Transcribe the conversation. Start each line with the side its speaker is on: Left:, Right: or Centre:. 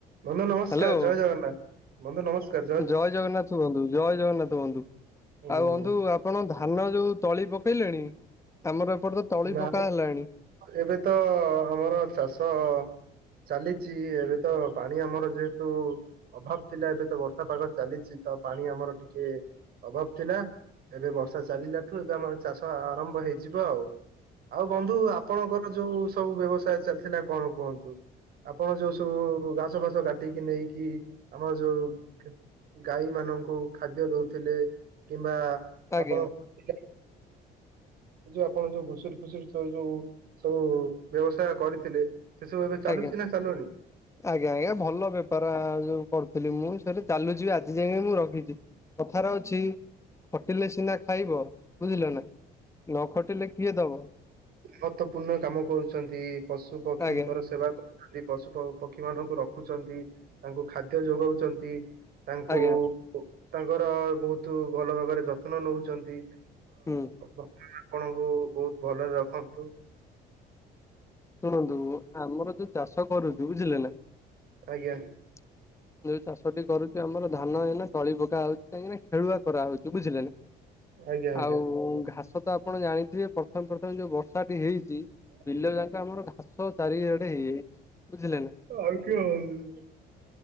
Right: ବନ୍ଧୁ ନମସ୍କାର
Left: ହ୍ୟାଲୋ
Right: ଜୟ ଜଗନ୍ନାଥ। ବନ୍ଧୁ ନମସ୍କାର
Left: ଜୟ ଜଗନ୍ନାଥ ବନ୍ଧୁ ଜୟ ଜଗନ୍ନାଥ ବନ୍ଧୁ।
Right: ହୁଁ
Left: ଆଉ ବନ୍ଧୁ ଆପଣ ଧାନ ଯୋଉ ତଳି ପକେଇଲେଣି ତମର ଏପଟ ତ ତଳି
Right: ନା
Left: ପକା ହେଲାଣି।
Right: ଏବେ ତ ଆମର ଚାଷ ଚାଲିଛି ଏବେ ତ ପାଣି ଆମର ଯେହେତୁ ଅଭାବ ଥିଲା ଏବେ ତ ବର୍ଷା ପାଗ ଚାଲିଚି ତ ପାଣି ଆମର ଟିକେ ଅଭାବ ଥିଲା। ଏବେ ବର୍ଷା ଚାଲିଲାଠୁ ଏବେ ଆମର ଚାଷ ଆରମ୍ଭ ହେଇଯିବ ଆଉ। ଆଉ ବନ୍ଧୁ ଆପଣଙ୍କର ଯୋଉ ସବୁ ବ୍ୟବସାୟ ଚାଲିଥିଲା କଣ କୁହନ୍ତୁ। ଆପଣ ଯୋଉ ସବୁ ଘାସ ଫାସ କାଟିକି ନେଇକି ଆମର ଯୋଉ ଗାଈ ମାନଙ୍କୁ ଖାଦ୍ୟ ଦଉଥିଲେ। କିମ୍ବା
Left: ଆଜ୍ଞା
Right: ଆପଣ <unintelligible> ଯୋଉ ଆପଣ ଯୋଉ ଘୁ ଘୁସୁରୀ ଫୁସିରି ସବୁ ଯୋଉ ସବୁ ବ୍ୟବସାୟ କରିଥିଲେ ସେ ସବୁ ଏବେ ଚାଲୁଚି
Left: ଆଜ୍ଞା।
Right: ନା ଚାଲୁନି।
Left: ଆଜ୍ଞା ଆଜ୍ଞା ଭଲ ବେପାର ଯୋଉ କରୁଥିଲି ମୁଁ ସେଠା ଚାଲୁଛି ଆଜି ଯାଇକି ମୁଁ ରଖିଚି। କଥା ରେ ଅଛି ଖଟିଲେ ସିନା ଖାଇବ ବୁଝିଲ ନା। ନ ଖଟିଲେ କିଏ ଦବ?
Right: ମହତ ପୂର୍ଣ୍ଣ କାମ କରୁଚନ୍ତି ପଶୁ ପକ୍ଷୀଙ୍କର
Left: ଆଜ୍ଞା
Right: ସେବା କ ଖାଲି ପଶୁ ପକ୍ଷୀ ମାନଙ୍କୁ ରଖୁଛନ୍ତି ତାଙ୍କୁ ଖାଦ୍ୟ ଯୋଗଉଚନ୍ତି। ତାଙ୍କୁ
Left: ଆଜ୍ଞା
Right: ତାଙ୍କର ବହୁତୁ ଭଲ ଭାବରେ ଯତ୍ନ ନଉଚନ୍ତି।
Left: ହୁଁ।
Right: ଆପଣଙ୍କୁ ବହୁତ ଭଲରେ ରଖନ୍ତୁ।
Left: ଶୁଣନ୍ତୁ ଆମର ଯୋଉ ଚାଷ କରୁଚୁ ବୁଝିଲେ ନା।
Right: ଆଜ୍ଞା।
Left: <unintelligible> ଯୋଉ ଚାଷଟି କରୁଚି ଆମର ଧାନ ହେଲେ ତଳି ପକା ହଉଚି କାହିଁକିନା ଖେଳୁଆ କରାହଉଚି ବୁଝିଲେ ନା।
Right: ଆଜ୍ଞା ଆଜ୍ଞା।
Left: ଆଉ ଘାସ ତ ଆପଣ ଜାଣିଥିବେ ପ୍ରଥମେ ପ୍ରଥମେ ଯୋଉ ବର୍ଷାଟି ହେଇଚି।
Right: ହୁଁ।
Left: ବିଲ ଯାଙ୍କ ଆମର ଘାସ ଚାରିଆଡେ ବୁଝିଲେ ନା।
Right: ଆଉ କିଏ ହଲ ଧରିବ।